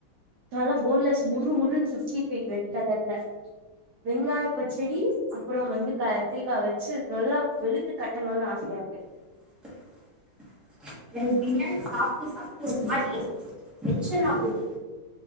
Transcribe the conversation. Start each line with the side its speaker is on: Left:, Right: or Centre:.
Right: நல்லா போன்லஸ் முரு முருனு சிக்ஸ்டி ஃபை ரெட் கலர்ல வெங்காய பஜ்ஜடி அப்றம் வந்து கத்திரிக்கா வச்சு நல்லா வெளுத்து கட்டணுன் ஆச யாருக்கு
Centre: <inaudible> எனக்கு பிரியாணி சாப்ட்டு சாப்ட்டு ஒரு மாரி டென்ஷன் ஆகுது